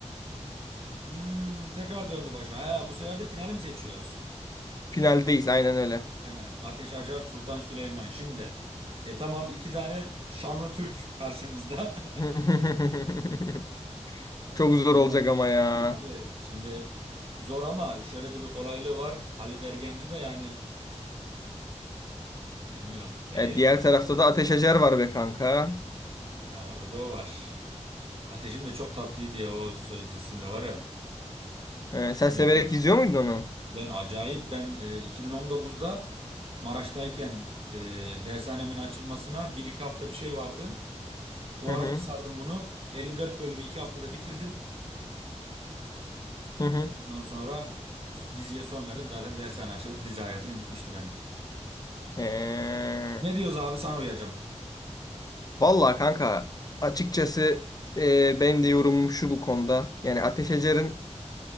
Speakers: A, on the right (about 50°); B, on the left (about 30°).
A: Hmm, tekrar döndü başa. Ha, bu sefer de finali mi seçiyoruz?
B: Finaldeyiz aynen öyle.
A: Aynen. Ateş Acar, Sultan Süleyman. Şimdi. E tamam iki tane şanlı Türk karşımızda.
B: <laughs>
A: <laughs>
B: Çok zor
A: O zaman
B: olacak ama ya.
A: abi şimdi zor ama şöyle de bir kolaylığı var. Ali Dergenci de yani bilmiyorum eleyemeyiz.
B: E, diğer tarafta da Ateş Acar var be kanka.
A: Ha, orada da o var. Ateşim de çok tatlıydı ya o söz dizisinde var ya.
B: E, sen severek
A: O dizi-
B: izliyor muydun onu?
A: Ben acayip ben e, 2019'da Maraş'tayken e, dershanemin açılmasına bir iki hafta bir şey vardı. Bu
B: Hı
A: ara
B: hı.
A: bir sardım bunu. 54 bölümü 2 haftada bitirdim.
B: Hı hı.
A: Ondan sonra diziye son verdim. Zaten dershane açıldı. Dizi hayatım bitmişti benim.
B: E,
A: Ne diyoruz abi sana uyacağım.
B: vallahi kanka açıkçası e, benim de yorumum şu bu konuda. Yani Ateş Acar'ın